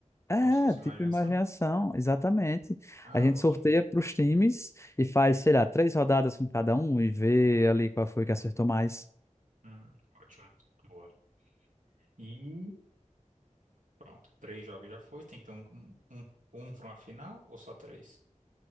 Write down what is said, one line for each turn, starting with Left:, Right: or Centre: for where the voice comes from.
Left: É,
Right: Como se fosse
Left: tipo
Right: imaginação?
Left: imaginação, exatamente.
Right: Ah,
Left: A gente
Right: ótimo.
Left: sorteia para os times e faz, sei lá, três rodadas com cada um e vê ali qual foi que acertou mais.
Right: Hum, ótimo. Boa. E pronto. Três jogos já foi. Tem que ter um, um, um para uma final ou só três?